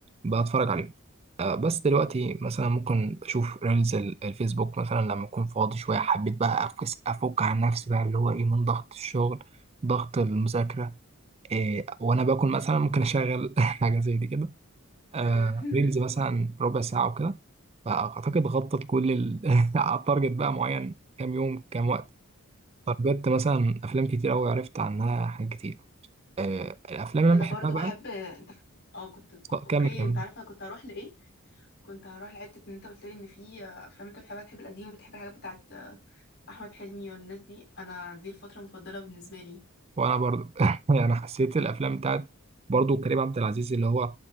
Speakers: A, on the right (about 30°); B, on the left (about 50°).
A: بتفرج عليهم آه، بس دلوقتي مثلا ممكن بشوف ريلز ال- الفيسبوك مثلا لما اكون فاضي شويه حبيت بقى افكس افك عن نفسي بقى اللي هو ايه من ضغط الشغل ضغط المذاكره آه، وانا باكل مثلا ممكن اشغل <laughs> حاجه زي دي كده آه
B: <laughs>
A: ريلز مثلا ربع ساعة وكده فأعتقد غطت كل ال <laughs> التارجت بقى معين كام يوم كام وقت تارجت مثلا أفلام كتير أوي عرفت عنها حاجات كتير آه الأفلام اللي
B: انا
A: أنا بحبها
B: برضو
A: بقى
B: بحب انت اه كنت
A: آه،
B: اوكي
A: كمل كمل
B: انت عارفه انا كنت هروح لايه كنت هروح لحته ان انت قلت لي ان في افلام انت بتحبها بتحب القديم وبتحب الحاجات بتاعت احمد حلمي والناس دي انا دي الفتره المفضله بالنسبه لي
A: وأنا برضو <laughs> يعني حسيت الأفلام بتاعت برضو كريم عبد العزيز اللي هو